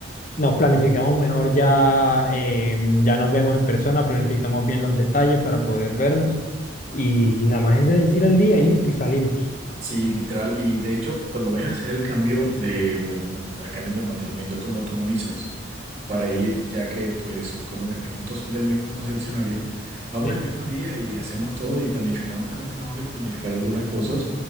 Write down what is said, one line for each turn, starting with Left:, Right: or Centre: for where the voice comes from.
Left: nos planificamos mejor ya, eh, ya nos vemos en persona, planificamos bien los detalles para poder vernos y nada más es de decir el día y listo y salimos.
Right: Sí, literal. Y de hecho, cuando vayas a hacer el cambio de, pues bueno, el cambio del mantenimiento de tu moto, me avisas para ir, ya que pues como nuestras motos son del mismo concesionario, vamos
Left: Sí,
Right: el mismo día y hacemos todo y planificamos, también tenemos de planificar algunas cosas.